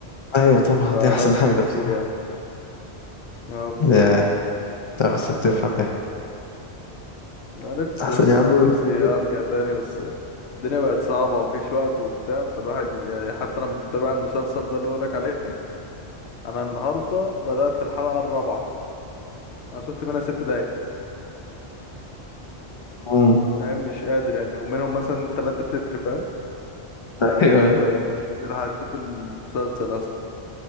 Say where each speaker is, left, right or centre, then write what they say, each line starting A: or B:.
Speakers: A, on the left; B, on the left.
A: ايوه طبعا
B: تبقى
A: دي احسن
B: لذ
A: حاجه
B: بكتير
A: بصراحه
B: يعني اه بالظبط
A: ياه لا بس بتفهم ايه
B: انا نفسي
A: احسن
B: أس-
A: يا عم
B: نفسي
A: بك.
B: ارجع تاني بس الدنيا بقت صعبة ومفيش وقت وبتاع فالواحد ي- يعني حتى انا متابع المسلسل ده اللي بقولك عليه انا النهاردة بدأت الحلقة الرابعة انا شفت منها ست دقايق
A: مم.
B: فاهم مش قادر يعني ومنهم مثلا تلاتة تتر فاهم فمش
A: <laughs> ايوه
B: ب... مش بتلحق تشوف المسلسل اصلا